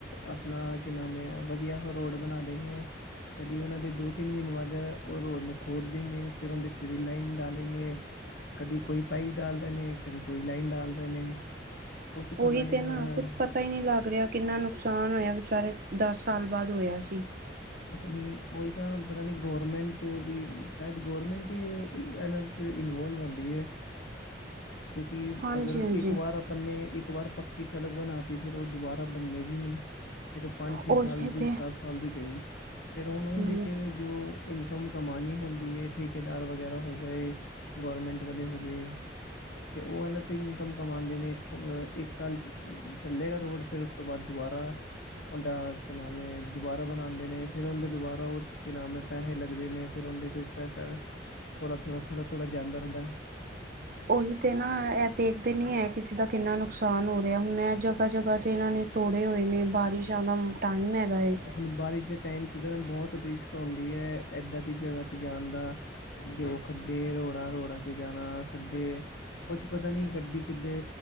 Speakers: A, on the left (about 70°); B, on the right (about 50°).
A: ਅਪਨਾ ਕੀ ਨਾਮ ਏ, ਵਧੀਆ ਰੋਡ ਬਨਾ ਦੇਈਏ। ਕਦੀ ੳਨਾਂ ਦੇ ਦੋ-ਤਿੰਨ ਮੀਨੇ ਬਾਦ ੳ ਰੋਡ ਨੂੰ ਖੋਦ ਦੇਨਗੇ, ਫੇਰ ੳਂੰਦੇ ਚ ਸੀਵਰ ਲਾਈਨ ਡਾਲੇਗੇ ਕਦੀ ਕੋਈ ਪਾਈਪ ਡਾਲ ਰੇ ਨੇ, ਕਦੇ ਕੋਈ ਲਾਈਨ ਡਾਲ ਰੇ ਨੇ। ਕੁਛ
B: ੳਹੀ
A: ਪਤਾ ਨਹੀਂ
B: ਤੇ
A: ਇਹਨਾਂ
B: ਨਾ।
A: ਦਾ
B: ਕੁੱਛ ਪਤਾ ਹੀ ਨੀ ਲੱਗ ਰੇਆ, ਕਿੰਨਾ ਨੁਕਸਾਨ ਹੋਏਆ ਵੇਚਾਰੇ ਦਸ ਸਾਲ ਬਾਦ ਹੋਏਆ ਸੀ।
A: ਪਤਾ ਨੀ ੳਈ ਤਾਂ ਪਤਾ ਨੀ ਗੌਰਮੈਂਟ ਵੀ ਸ਼ਾਏਦ ਗੌਰਮੈਂਟ ਈ ਏ ਏਨਾ ਚ ਇਨਵੋਲਵ ਹੁੰਦੀ ਏ, ਕਿੳਂਕਿ
B: ਹਾਂਜੀ
A: ਅਗਰ ਇੱਕ ਵਾਰ
B: ਹਾਂਜੀ
A: ਆ ਆਪਾਂ ਨੇ ਇੱਕ ਵਾਰ ਪੱਕੀ ਸੜਕ ਬਨਾ ਤੀ ਫੇਰ ੳ ਦੁਬਾਰਾ ਬਨੇਗੀ ਨੀ। ਫੇਰ ੳ ਪੰਜ -ਛੇ
B: ਉਹੀ
A: ਸਾਲ ਦੀ
B: ਤੇ
A: ਸੱਤ ਸਾਲ ਦੀ ਗਈ, ਫੇਰ ਹੁਨ
B: ਹਮ
A: ੳੰਦੇ ਚ ਜੋ ਇਨਕਮ ਕਮਾਨੀ ਹੁੰਦੀ ਏ, ਠੇਕੇਦਾਰ ਵਗੈਰਾ ਹੋ ਗਏ, ਗੌਰਮੈਂਟ ਵਾਲੇ ਹੋਗੇ ਤੇ ੳ ਏਨਾ ਤੇ ਇਨਕਮ ਕਮਾੰਦੇ ਨੇ ਏਥੋਂ, ਇੱਕ ਸਾਲ ਚੱਲੇਗਾ ਰੋਡ ਫੇਰ ੳਸ ੳਸ ਤੋਂ ਬਾਦ ਦੁਬਾਰਾ ਤੁਆਡਾ ਕੀ ਨਾਮ ਏ ਦੁਬਾਰਾ ਬਨਾਦੇ ਨੇ ਫੇਰ ਔੰਦੇ ਦੁਬਾਰਾ ੳ ਕੀ ਨਾਮ ਏ ਪੈਸੇ ਲੱਗਦੇ ਨੇ ਫੇਰ ਔੰਦੇ ਚ ੳ ਪੈਸਾ ਥੋੜਾ, ਥੋੜਾ, ਥੋੜਾ, ਥੋੜਾ ਜਾਂਦਾ ਰੈੰਦਾ ਏ।
B: ੳਹੀ ਤੇ ਨਾ ਏ ਦੇਖਦੇ ਨੀ ਹੈ ਕਿਸੇ ਦਾ ਕਿੰਨਾ ਨੁਕਸਾਨ ਹੋ ਰੈਆ, ਹੁਨ ਏ ਜਗਾ -ਜਗਾ ਤੇ ਏਨਾਂ ਨੇ ਤੋੜੇ ਹੋਏ ਨੇ ਬਾਰਿਸ਼ਾਂ ਦਾ ਟਾਈਮ ਹੈਗਾ ਏ
A: ਹੁਨ ਬਾਰਿਸ਼ ਦੇ ਟਾਈਮ ਚ ਤਾਂ ਨਾ ਬੋਤ ਰਿਸਕ ਹੁੰਦੀ ਏ ਏਦਾਂ ਦੀ ਜਗਾ ਚ ਜਾਨ ਦਾ। ਜੋ ਖੱਡੇ ਰੋੜਾਂ-ਰੋੜਾਂ ਤੇ ਜਾਨਾ, ਖੱਡੇ ਕੁਛ ਪਤਾ ਨੀ ਗੱਡੀ ਕਿੱਦੇ